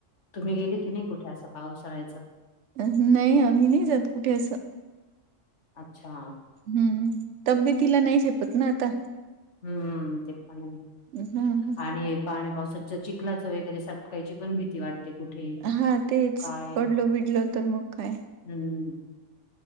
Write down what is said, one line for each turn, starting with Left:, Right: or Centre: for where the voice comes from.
Left: तुम्हीं गेले की नाहीं कुठे असं पावसाळ्यांचं
Right: नाहीं आम्हीं नाहीं जातं कुंठे असं
Left: अच्छा
Right: हम्मं तब्येतीला नाहीं झेपतं नां आंता
Left: हम्मं तेचं पणं
Right: हां, हां.
Left: आणि हे पाण्यांपावसाचं चीखलांत वगैरें सटकांयची पणं भीती वाटते ते कुंठे
Right: हां, तेच.
Left: कायं
Right: पडलो-बिडलो तर मग काय?
Left: हम्मं